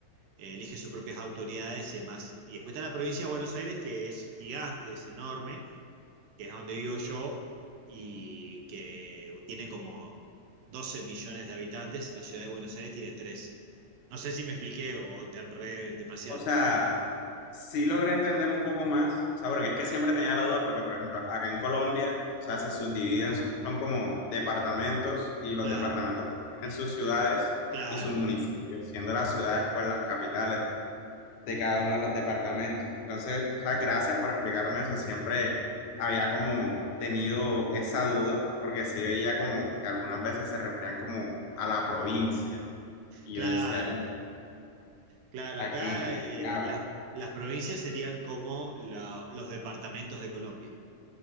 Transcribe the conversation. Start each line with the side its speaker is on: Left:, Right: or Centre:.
Right: Eh, elige sus propias autoridades y demás. Y después está la provincia de Buenos Aires, que es gigante, es enorme, que es donde vivo yo y que tiene como 12 millones de habitantes. La ciudad de Buenos Aires tiene tres No sé si me expliqué o te enredé demasiado.
Left: O sea, sí logré entender un poco más, o sea, porque es que siempre tenía la duda, porque por ejemplo, acá en Colombia, o sea, se subdividen, son como departamentos y los
Right: Claro,
Left: departamentos pues tienen sus ciudades
Right: claro,
Left: y sus municipios, siendo las ciudades pues las capitales de cada uno de los departamentos. Entonces, o sea, gracias por explicarme eso. Siempre había como tenido esa duda, porque sí veía como que algunas veces se referían como a la provincia. Y
Right: claro.
Left: yo decía como,
Right: Claro,
Left: ¿a
Right: acá
Left: qué, de
Right: eh,
Left: qué hablas?
Right: las, las provincias serían como la- los departamentos de Colombia.